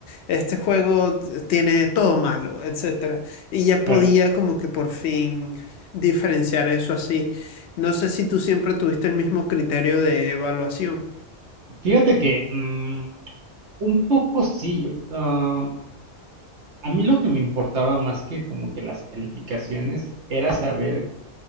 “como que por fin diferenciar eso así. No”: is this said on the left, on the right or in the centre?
Left